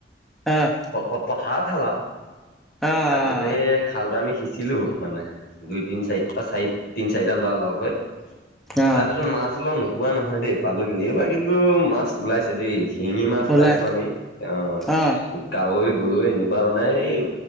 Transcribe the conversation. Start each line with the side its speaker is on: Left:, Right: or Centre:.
Centre: অহ।
Left: প প পথাৰ খাল আৱ
Centre: অ',
Left: তাৰপিছতে এই খালটো আমি সিঁচিলো মানে। দুই তিনি চাৰি অ চাৰি তিনি চাৰিটা ল'ৰা লগ হৈ
Centre: অ',
Left: তাৰপিছত মাছ অলপ নোপোৱা নহয় দেই পালোঁ কিন্তু এইবাৰ কিন্তু মাছ ওলাইছে দেই। শিঙি মাছ
Centre: ওলাই
Left: পাইছোঁ আমি অহ
Centre: অ',
Left: কাৱৈ, গৰৈ এনেকুৱা মানে এই